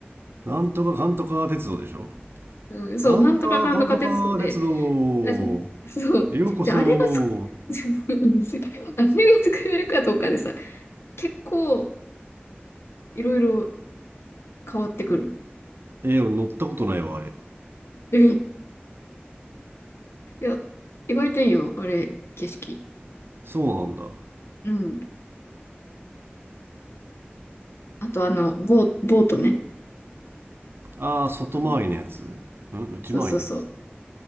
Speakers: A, on the right; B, on the left.
A: なんとかかんとか鉄道でしょ
B: うん、そう、
A: なんとかかんとか鉄道。
B: なんとかかんとか鉄道で。<laughs> そう。
A: ようこそ。
B: で、あれがつ、<laughs> あれが作れるかどうかでさ、結構いろいろ変わってくる。
A: えー、俺乗ったことないわ、あれ。
B: <laughs> うんいや、意外といいよ、あれ、景色。
A: そうなんだ。
B: うん。あとあの、ボー、ボートね。
A: あー、外回りのやつうん内回りのやつ
B: あの、そうそうそう。